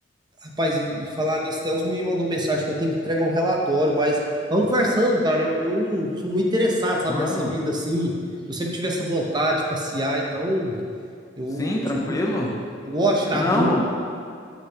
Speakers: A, on the right (about 25°); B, on the left (about 20°).
A: Rapaz, e, e falar nisso, até os meninos mandou mensagem que eu tenho que entregar um relatório, mas vamos conversando, cara. Eu, eu sou muito interessado, sabe,
B: Claro.
A: nessa vida assim. Eu sempre tive essa vontade de passear, então Eu,
B: Sim,
A: eu
B: tranquilo.
A: sou muito. Eu gosto de tirar
B: Não,
A: dúvida.
B: vamos,